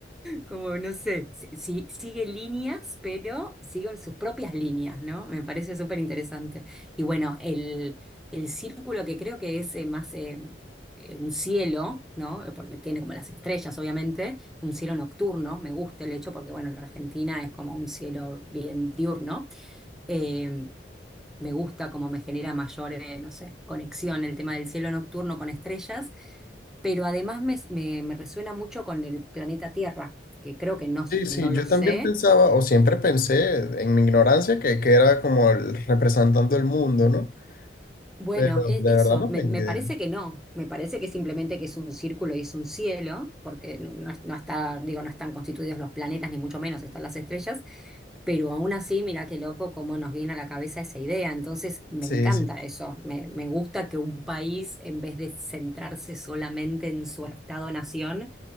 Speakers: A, in the centre; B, on the left (about 50°).
A: Como, no sé, si, si- sigue líneas, pero siguen sus propias líneas, ¿no? Me parece súper interesante. Y bueno, el, el círculo que creo que es eh, más eh, eh, un cielo, ¿no? Eh, Porque tiene como las estrellas, obviamente, un cielo nocturno, me gusta el hecho porque, bueno, la Argentina es como un cielo bien diurno. eh, me gusta, como me genera mayor, eh, no sé, conexión el tema del cielo nocturno con estrellas, pero además me, me- me resuena mucho con el planeta Tierra, que creo que no,
B: Sí,
A: no
B: sí,
A: lo
B: yo
A: sé,
B: también pensaba, o siempre pensé en mi ignorancia que, que era como el representando el mundo, ¿no?
A: Bueno,
B: Pero
A: e-
B: de
A: eso,
B: verdad no
A: me,
B: tengo
A: me
B: idea.
A: parece que no, me parece que simplemente que es un círculo y es un cielo, porque no, no es- no está, digo, no están constituidos los planetas, ni mucho menos están las estrellas, pero aún así, mira qué loco cómo nos viene a la cabeza esa idea, entonces me
B: Sí,
A: encanta
B: sí.
A: eso, me, me gusta que un país, en vez de centrarse solamente en su estado-nación,